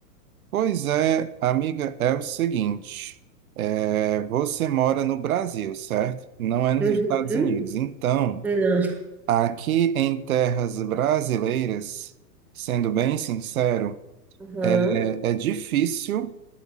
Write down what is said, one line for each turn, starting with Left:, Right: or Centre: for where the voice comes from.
Right: Pois é, amiga, é o seguinte: é, você mora no Brasil, certo? Não é nos
Centre: Uhum.
Right: Estados Unidos. Então,
Centre: Não.
Right: aqui em terras brasileiras, sendo bem sincero,
Centre: Aham.
Right: é, é difícil